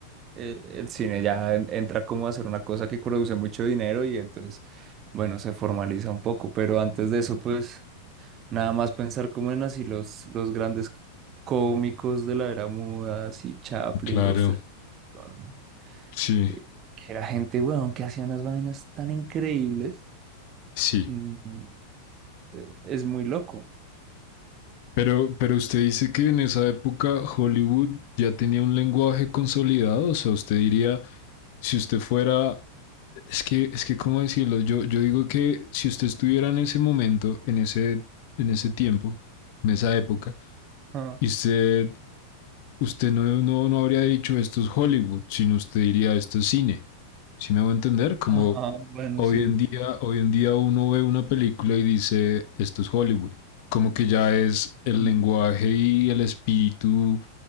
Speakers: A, on the right; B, on the left.
A: eh, el cine ya en- entra como a ser una cosa que produce mucho dinero y entonces, bueno, se formaliza un poco, pero antes de eso, pues, nada más pensar como en así los, los grandes cómicos de la era muda, así Chaplin,
B: claro,
A: Buster Keaton.
B: sí,
A: eh, que era gente, weón, que hacía unas vainas tan increíbles.
B: sí.
A: Mm, mm, eh, es muy loco.
B: Pero, pero usted dice que en esa época Hollywood ya tenía un lenguaje consolidado, o sea, usted diría, si usted fuera, es que, es que, ¿cómo decirlo? Yo, yo digo que si usted estuviera en ese momento, en ese, en ese tiempo, en esa época,
A: Ah,
B: y usted Usted no, no, no habría dicho esto es Hollywood, sino usted diría esto es cine. ¿Sí me hago entender? Como
A: ajá, bueno,
B: hoy
A: sí.
B: en día, hoy en día uno ve una película y dice esto es Hollywood. Como que ya es el
A: Mm.
B: lenguaje y el espíritu